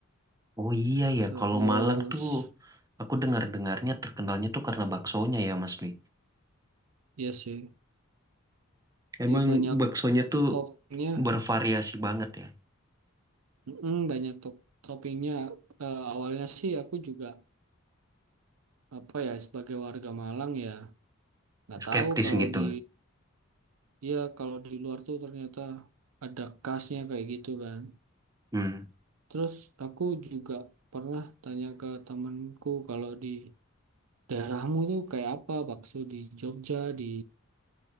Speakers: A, on the right; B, on the right.
A: Oh iya ya,
B: terus
A: kalau Malang tuh aku dengar-dengarnya terkenalnya tuh karena baksonya ya Mas Dwi.
B: iya sih,
A: Emang
B: ya banyak
A: baksonya tuh
B: toppingnya,
A: bervariasi banget ya,
B: Mm, banyak top toppingnya. Eh, awalnya sih aku juga apa ya sebagai warga Malang ya nggak
A: skeptis
B: tahu kalau
A: gitu.
B: di ya kalau di luar tuh ternyata ada khasnya kayak gitu kan.
A: Hmm,
B: Terus aku juga pernah tanya ke temanku kalau di daerahmu tuh kayak apa bakso di Jogja, di